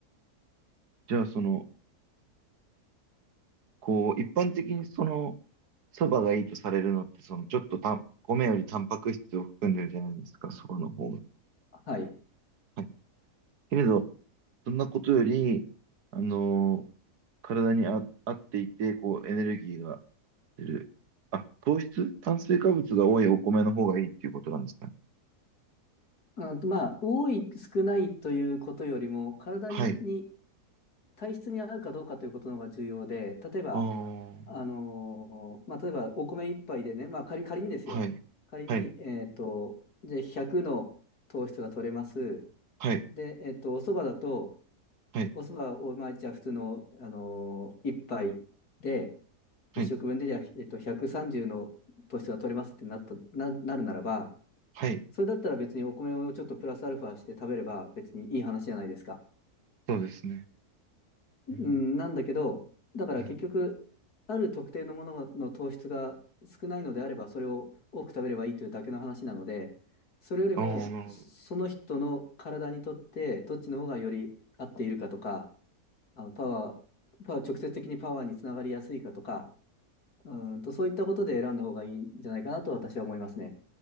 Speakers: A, on the right; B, on the left.
A: じゃあ、その、こう、一般的にその、そばがいいとされるのって、その、ちょっとたん、米よりタンパク質を含んでるじゃないですか、そばの方が。
B: はい。
A: はい。けれど、そんなことより、あのー体にあ、合っていて、こう、エネルギーがてる。あ、糖質炭水化物が多いお米の方がいいっていうことなんですかね。
B: うんと、まあ、多い、少ないということよりも、体に、
A: はい。
B: 体質に合うかどうかということの方が重要で、例えば、
A: ああ、
B: あのーまあ、例えば、お米一杯でね、まあ、仮、仮にですよ。
A: はい。
B: 仮に、
A: はい。
B: えっと、じゃあ100の糖質が取れます。
A: はい。
B: で、えっと、お蕎麦だと、
A: はい。
B: お蕎麦を、まあ、じゃあ普通の、あのー、一杯で、
A: はい。
B: 一食分で、じゃあ、えっと、130の糖質が取れますってなった、な、なるならば、
A: はい。
B: それだったら別にお米をちょっとプラスアルファして食べれば別にいい話じゃないですか。
A: そうですね。
B: うん、
A: うん。
B: なんだけど、だから結局、
A: うん。
B: ある特定のものの糖質が少ないのであれば、それを多く食べればいいというだけの話なので、それよりも、
A: ああ、なるほど。
B: その人の体にとって、どっちの方がより合っているかとか、あのパワー、パワー、直接的にパワーにつながりやすいかとか、うんと、そういったことで選んだ方がいいんじゃないかなと私は思いますね。